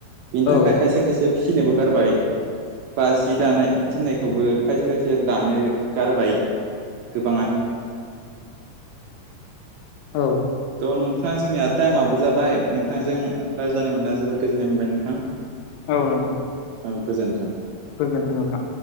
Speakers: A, on the right; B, on the left.
A: बिनि
B: औ
A: थाखाय खायसे खायसे फिसिनोबो गारबाय बा जि दानाय जोमनायखौबो खायसे खायसे दानो गारबाय। गोबाङानो
B: औ
A: थ' नोंथां जोंनिया टाइमाबो जाबाय नोंथांजों रायज्लायनो मोना जोबोद गोजोननाय मोनबाय नोंथां।
B: औ नोंथां
A: औ गोजोन्थों।
B: गोजोन्थों नोंथां